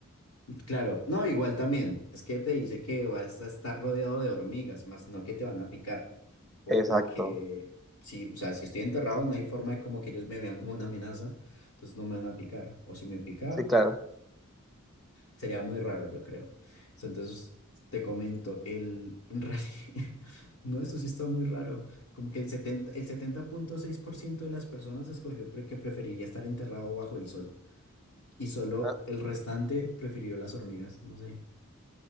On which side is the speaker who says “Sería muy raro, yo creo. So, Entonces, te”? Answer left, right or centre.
Left